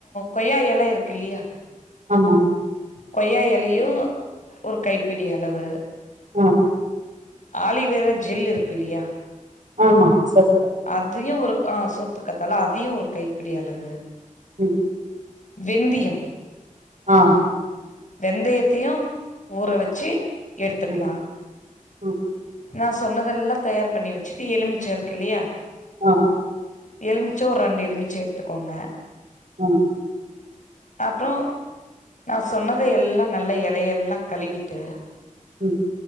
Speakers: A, on the left (about 65°); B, on the right (about 65°).
A: கொய்யா எல இருக்குல்லியா
B: ஆம்மா
A: கொய்யா எலயு ஒரு கைப்பிடி அளவு
B: அ
A: ஆலிவ்வேரா ஜெல் இருக்குல்லியா
B: ஆம்மா ட்ஸ் ஓக்
A: அதியு ஒரு ஆ சோத்துக்கத்தாழ அதியு ஒரு கைப்பிடி அளவு
B: ம்
A: வெந்திய
B: ஆ
A: வெந்தயத்தையு ஊற வெச்சி எடுத்துக்கலா
B: ம் ம்
A: நா சொன்னதெல்லா தயார் பண்ணி வெச்சிட்டு எலுமிச்ச இருக்குல்லயா
B: அ
A: எலுமிச்ச ஒரு ரெண்டு எலுமிச்ச எட்த்துக்கோங்க
B: அ
A: அப்ற நா சொன்னத எல்லா நல்ல எலயெல்லா கழுவிட்டு
B: ம்